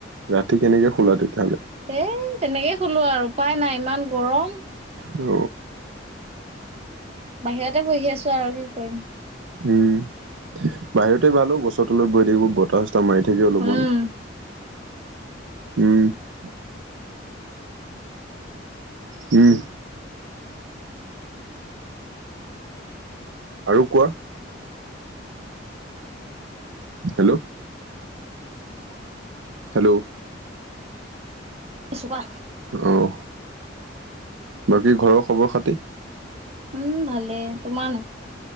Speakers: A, on the right; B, on the right.
A: ৰাতি কেনেকে শুলা তেতিয়াহ'লে
B: এ তেনেকে শুলো আৰু উপায় নাই ইমান গৰম।
A: অ
B: বাহিৰতে বহি আছো আৰু কি কৰিম।
A: উম বাহিৰতে ভালো গছৰ তলত বৈ থাকিব বতাহ মাৰি থাকি অলপমান
B: উম,
A: উম উম আৰু কোৱা? হেল্ল' হেল্ল'
B: এছোপা
A: অহ বাকী ঘৰৰ খবৰ খাতি
B: উম ভালে তোমাৰ